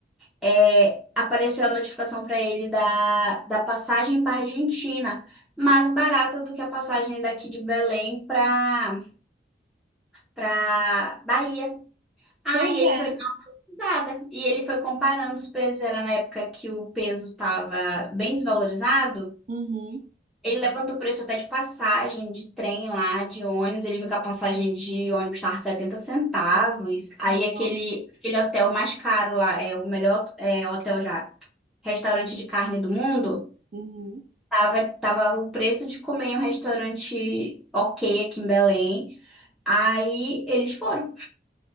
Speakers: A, in the centre; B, on the right.
A: É, apareceu a notificação para ele da, da passagem para Argentina, mais barata do que a passagem daqui de Belém para para Bahia. Aí
B: Pois
A: ele foi
B: é.
A: Nada. E ele foi comparando os preços, era na época que o peso estava bem desvalorizado.
B: Uhum,
A: Ele levantou o preço até de passagem, de trem lá, de ônibus. Ele viu que a passagem de ônibus estava 70 centavos. Aí
B: uhum,
A: aquele, aquele hotel mais caro lá, é o melhor é, hotel já, restaurante de carne do mundo,
B: uhum.
A: tava, tava o preço de comer em um restaurante ok aqui em Belém. Aí eles foram.